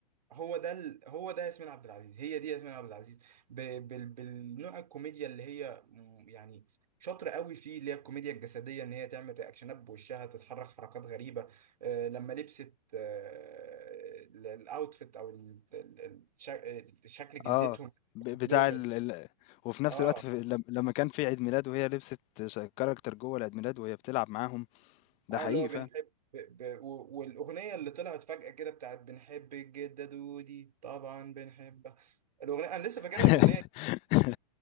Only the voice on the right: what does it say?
هو ده ال... هو ده ياسمين عبد العزيز هي دي ياسمين عبد العزيز ب... بال... بالنوع الكوميديا اللي هي م- يعني شاطره قوي فيه اللي هي الكوميديا الجسديه ان هي تعمل رياكشنات بوشها تتحرك حركات غريبه آه لما لبست آه ال- الاوتفيت او ال... ال- ال- شك- شكل جدتهم
لهم
ال-
اه
اه
اللي هو بنحب
ب... ب... و- والاغنيه اللي طلعت فجاه كده بتاعت بنحب الجده دودي طبعا بنحبها الاغنيه انا لسه فاكرها
الاغنيه